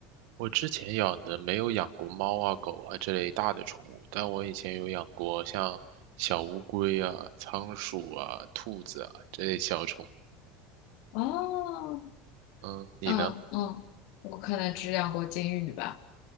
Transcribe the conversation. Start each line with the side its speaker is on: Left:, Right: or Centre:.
Right: 我之前养的没有养过猫啊、狗啊这类大的宠物，但我以前有养过像小乌龟啊、仓鼠啊、兔子啊这类小宠物
Left: 哦，
Right: 嗯，你呢？
Left: 嗯嗯，我可能只养过金鱼吧，